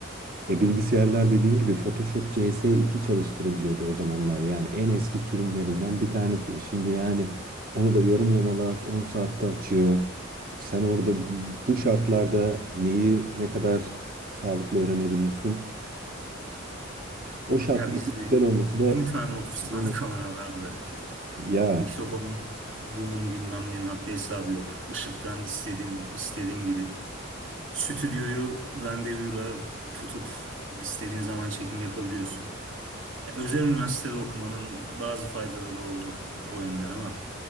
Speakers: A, on the right; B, on the right.
A: E bilgisayarlar dediğim gibi Photoshop CS2 çalıştırabiliyordu o zamanlar. Yani en eski sürümlerinden bir tanesi. Şimdi yani onu da yarım yamalak 10 saatte açıyor. Sen orada bu şartlarda neyi ne kadar sağlıklı öğrenebilirsin? O şartların
B: Ya bizde
A: güzel olması da
B: 20 tane otuz
A: Hmm.
B: tane kamera vardı belki ya.
A: ya
B: Mikrofonun, boom'un bilmem nenin haddi hesabı yok. Işıktan istediğin, istediğin gibi. Stüdyoyu randevura tutup istediğin zaman çekim yapabiliyorsun. Ya, özel üniversitede okumanın bazı faydaları oldu o yönden ama.